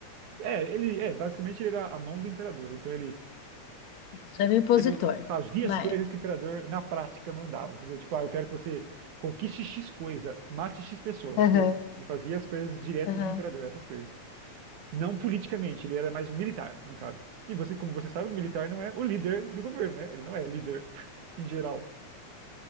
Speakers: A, on the right (about 80°); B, on the left (about 70°).
A: é, ele é basicamente ele era a mão do imperador. Então ele
B: Isso, era um impositor
A: Ele fazia
B: na
A: as coisas
B: época.
A: que o imperador na prática mandava, entendeu? Tipo, ah, eu quero que você conquiste X coisa, mate X pessoa, entendeu?
B: Aham,
A: Ele fazia as coisas diretas
B: aham,
A: do imperador, essas coisas. Não politicamente, ele era mais um militar, no caso. E você, como você sabe, o militar não é o líder do governo, né? Ele não é líder <laughs> em geral.